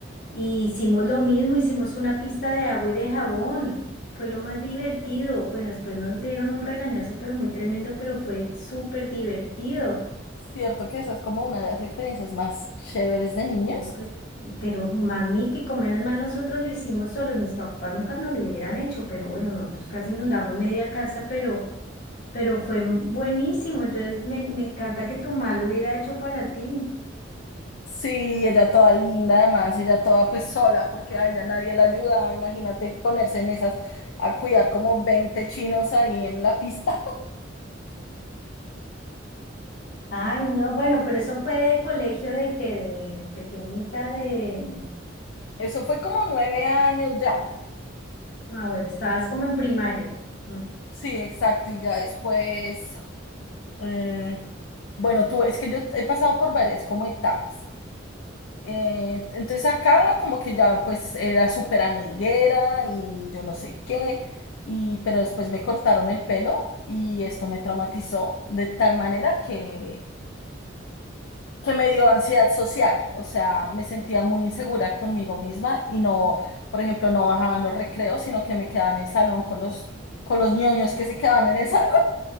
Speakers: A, on the left; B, on the left.
A: Y hicimos lo mismo, hicimos una pista de agua y de jabón. Fue lo más divertido. Bueno, después nos dieron un regañazo, pero muy tremendo, pero fue súper divertido.
B: Cierto que esa es como una de las experiencias más chéveres de niños.
A: No, pues, pero magnífico, menos mal nosotros lo hicimos solos. Mis papás nunca nos lo hubieran hecho, pero bueno, nosotros casi inundamos media casa, pero, pero fue buenísimo. Entonces me, me encanta que tu mamá lo hubiera hecho para ti.
B: Sí, y ella toda linda, además, ella toda pues sola, porque a ella nadie la ayudaba. Imagínate ponerse en esas a cuidar como 20 chinos ahí en la pista.
A: Ay, no, bueno, pero eso fue de colegio de que de pequeñita de...
B: <laughs> Eso fue como nueve años ya.
A: Ah, bueno, estabas como en primaria. Mm.
B: Sí, exacto. Y ya después, eh, bueno, tú, es que yo he pasado por varias como etapas. Eh, entonces acá como que ya pues era súper amiguera y yo no sé qué, y, pero después me cortaron el pelo y esto me traumatizó de tal manera que, que me dio ansiedad social, o sea, me sentía muy insegura conmigo misma y no, por ejemplo, no bajaba en los recreos, sino que me quedaba en el salón con los, con los ñoños que se quedaban en el salón.